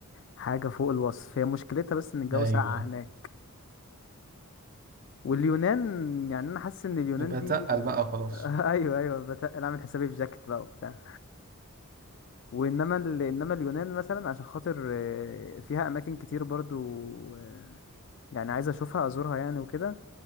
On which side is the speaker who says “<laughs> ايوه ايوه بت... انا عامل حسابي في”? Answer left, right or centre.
Left